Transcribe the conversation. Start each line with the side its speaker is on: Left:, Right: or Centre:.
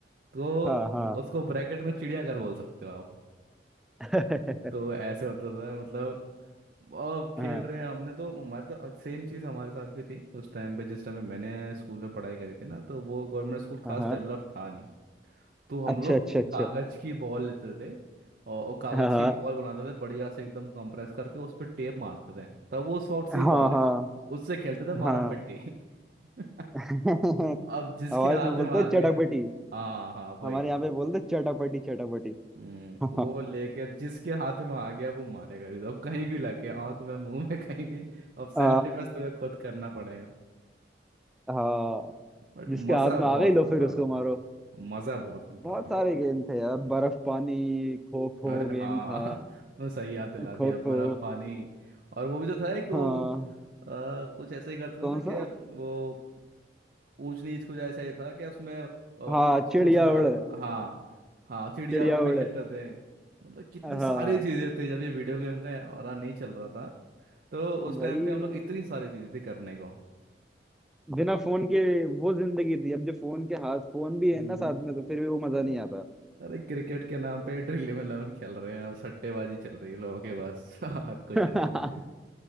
Right: तो
Centre: हाँ हाँ
Right: उसको ब्रैकेट में चिड़ियाघर बोल सकते हो आप
Centre: <laughs>
Right: तो ऐसे होता था मतलब और खेल
Centre: हाँ
Right: रहे हैं हमने तो हमारे तो सेम चीज़ हमारे साथ भी थी उस टाइम पे जिस टाइम पे मैंने स्कूल में पढ़ाई करी थी ना तो वो गवर्नमेंट स्कूल खास
Centre: हाँ हाँ,
Right: डेवलप था नहीं तो हम
Centre: अच्छा
Right: लोग
Centre: अच्छा अच्छा
Right: कागज़ की बॉल लेते थे और वो कागज़
Centre: हाँ
Right: की बॉल बनाते थे बढ़िया से एकदम कंप्रेस करके उस पर टेप मारते थे तब वो सॉफ्ट सी
Centre: हाँ
Right: बॉल
Centre: हाँ
Right: है उससे खेलते थे मारम
Centre: हाँ
Right: पिट्टी <laughs>
Centre: <laughs> हमारे
Right: अब जिसके हाथ
Centre: इसमें बोलते
Right: में आ
Centre: हैं चटापटी
Right: गए हाँ हाँ वही
Centre: हमारे यहाँ पे बोलते हैं चटापटी चटापटी
Right: हम्म,
Centre: <laughs>
Right: वो लेके जिसके हाथ में आ गया वो मारेगा एकदम अब कहीं भी लगे आंख में मुंह में कहीं भी अब
Centre: आ,
Right: सेल्फ डिफेंस तुम्हें खुद करना पड़ेगा
Centre: हाँ
Right: बट
Centre: जिसके
Right: मजा
Centre: हाथ में आ
Right: बहुत
Centre: गई लो
Right: आता
Centre: फिर
Right: था
Centre: उसको मारो
Right: मजा बहुत आता
Centre: बहुत
Right: था भाई
Centre: सारे गेम थे यार बर्फ पानी खो खो
Right: अरे
Centre: गेम
Right: हाँ
Centre: था
Right: <laughs> तो सही याद दिला दिया
Centre: खो
Right: बर्फ
Centre: खो
Right: पानी और वो भी तो था एक वो
Centre: हाँ
Right: आ, कुछ ऐसे ही करते
Centre: कौन
Right: थे ना क्या
Centre: सा
Right: वो ऊंच नीच कुछ ऐसा ही था कि उसमें अ, ऊंच
Centre: हाँ चिड़िया
Right: ऊंच था
Centre: उड़
Right: हाँ हाँ चिड़िया
Centre: चिड़िया
Right: उड़ भी
Centre: उड़
Right: खेलते थे मतलब कितनी
Centre: हाँ
Right: सारी चीजें थी जब ये वीडियो गेम का और नहीं चल रहा था तो उस
Centre: भाई
Right: टाइम पे हम लोग इतनी सारी चीजें थी करने को
Centre: बिना फोन के वो जिंदगी थी अब जो फोन के हाथ फोन भी
Right: हम्म,
Centre: है ना साथ में तो फिर भी वो मजा नहीं
Right: और-
Centre: आता
Right: अरे क्रिकेट के नाम पे ड्रिल इलेवन खेल रहे हैं अब सट्टेबाजी चल रही है लोगों के बस <laughs> और
Centre: <laughs>
Right: कुछ नहीं है
Centre: सही